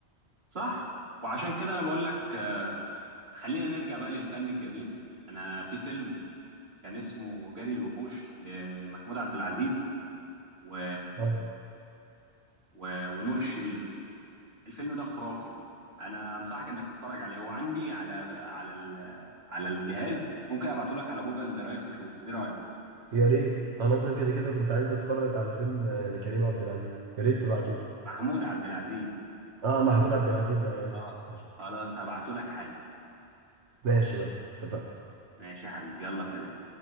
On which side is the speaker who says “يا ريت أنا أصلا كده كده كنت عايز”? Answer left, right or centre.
Right